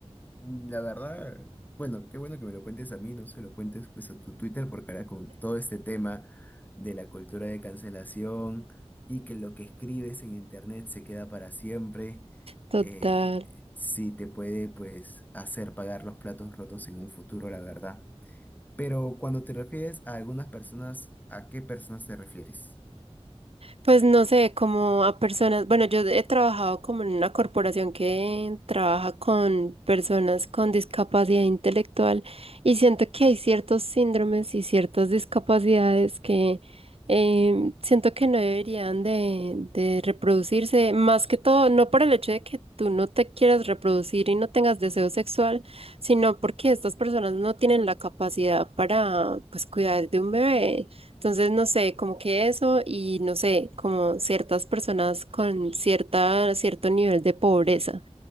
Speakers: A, on the left (about 15°); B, on the right (about 65°).
A: mm, la verdad, bueno, qué bueno que me lo cuentes a mí, no se lo cuentes pues a tu Twitter, porque ahora con todo este tema de la cultura de cancelación y que lo que escribes en internet se queda para siempre,
B: Total.
A: eh, sí te puede pues hacer pagar los platos rotos en un futuro, la verdad. Pero cuando te refieres a algunas personas, ¿a qué personas te refieres?
B: Pues no sé, como a personas, bueno, yo he trabajado como en una corporación que trabaja con personas con discapacidad intelectual y siento que hay ciertos síndromes y ciertas discapacidades que em, siento que no deberían de, de reproducirse, más que todo, no por el hecho de que tú no te quieras reproducir y no tengas deseo sexual, sino porque estas personas no tienen la capacidad para, pues, cuidar de un bebé. Entonces, no sé, como que eso y no sé, como ciertas personas con cierta, cierto nivel de pobreza.